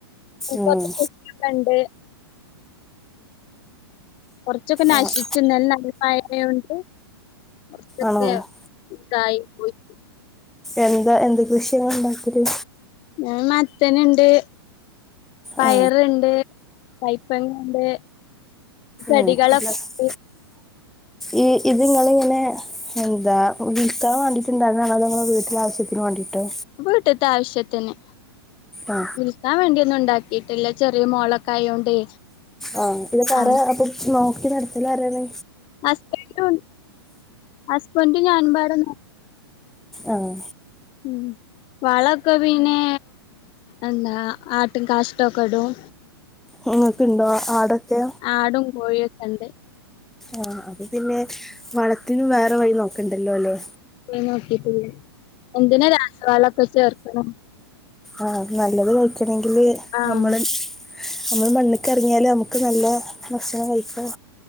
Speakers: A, on the left; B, in the centre.
A: <unintelligible>
B: ഉം.
A: ഫ്രണ്ട്. കൊറച്ചൊക്കെ നശിച്ചു
B: ആ-
A: നെലെ ന്നല്ലമഴേയോണ്ട്. കുറച്ചൊക്കെ
B: ആണോ
A: ഇതായി പോയി.
B: എന്താ എന്ത് കൃഷ്യയാ ങ്ങള് ഉണ്ടാക്കല്.
A: ഞൻ മത്തന്ണ്ട് പയറ്ണ്ട്.
B: ആ
A: കൈപ്പങ്ങണ്ട്. ചെടികളൊക്കെ
B: <inaudible>
A: ഇണ്ട്.
B: ഈ ഇത് ങ്ങളിങ്ങനെ. എന്താ വിൽക്കാൻ വേണ്ടിട്ട്ണ്ടായിരുന്നാണോ അതോ നിങ്ങളെ വീട്ടിലെ ആവശ്യത്തിന് വേണ്ടിട്ടോ
A: വീട്ട്ത്തെ ആവശ്യത്തിന്
B: ആ
A: വി ക്കാൻ വേണ്ടിയൊന്നും ഉണ്ടാക്കിയിട്ടില്ല ചെറിയ മോളൊക്കെ ആയോണ്ടേ
B: ആഹ് ഇ കറ
A: ആഹ്
B: പടിച്ച് നോക്കി നടത്തലാരാണ്
A: ഹസ്ബന്റ് ഉണ്ട് ഹസ്ബന്ഡും ഞാനും മ്പാടന്നെ
B: ആഹ്
A: ഉ വളകെ പിനെ എന്താ ആട്ടും കാഷ്ട്ടക്കെ ഇടും
B: നിങ്ങൾക്ക് ഇണ്ടോ ആടൊക്കെ
A: ആടും കോയൊക്കെണ്ട്
B: ആഹ് അത് പിന്നെ വളത്തിനും വേറെ വഴി നോക്കണ്ടല്ലോ ല്ലേ
A: നോക്കി <inaudible> എന്തിനാ രാസവളോക്കെ ചേർക്കണേ
B: ആഹ് നല്ലത് കഴിക്കണെങ്കില്
A: ആഹ്
B: നമ്മള് നമ്മള് മണ്ണ്ക്ക് ഇറങ്ങിയാല് നമുക്ക് നല്ല ഭക്ഷണം കഴിക്കാം